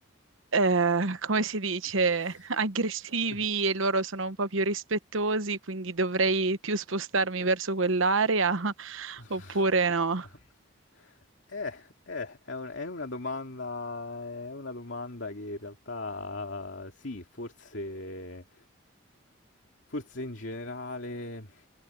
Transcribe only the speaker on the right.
eh, come si dice,
<laughs> aggressivi
e loro sono un po' più rispettosi, quindi dovrei più spostarmi verso quell'area <laughs>
oppure no.